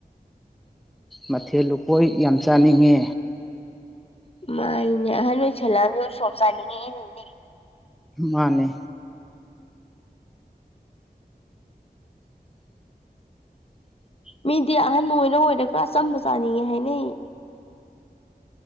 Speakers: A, in the centre; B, on the left.
A: ꯃꯊꯦꯜ ꯂꯨꯛꯀꯣꯏ ꯌꯥꯝ ꯆꯥꯅꯤꯡꯉꯦ
B: ꯃꯥꯅꯤꯅꯦ ꯑꯍꯟ ꯑꯣꯏꯁꯜꯂꯛꯑꯅꯤꯅꯦ ꯁꯣꯝ ꯆꯥꯅꯤꯡꯉꯏꯅꯤꯅꯦ
A: ꯃꯥꯅꯦ
B: ꯃꯤꯗꯤ ꯑꯍꯟ ꯑꯣꯏꯔ ꯑꯣꯏꯔꯒ ꯑꯆꯝꯕ ꯆꯥꯅꯤꯡꯉꯦ ꯍꯥꯏꯅꯩ ꯑꯩ